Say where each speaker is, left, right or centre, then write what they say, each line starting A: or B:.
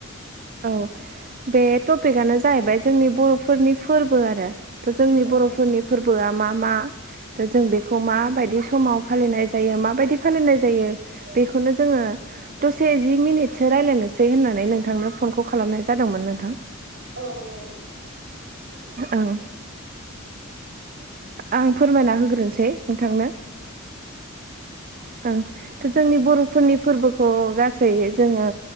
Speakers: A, on the right; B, on the right.
A: औ बे टपिकआनो जाहैबाय जोंनि बर फोरनि फोर्बो आरो थ जोंनि
B: औ
A: बर फोरनि फोर्बोआ मा मा? दा जों बेखौ माबायदि समाव फालिनाय जायो माबायदि फालिनाय जायो बेखौनो जोङो दसे जि मिनिटसो रायज्लायनोसै होननानै नोंथांनो फनखौ खालामनाय जादोंमोन नोंथां
B: औ औ
A: औं आं फोरमायना होग्रोनोसै नोंथांनो ओं थ जोंनि बर फोरनि फोर्बोखौ गासै जोङो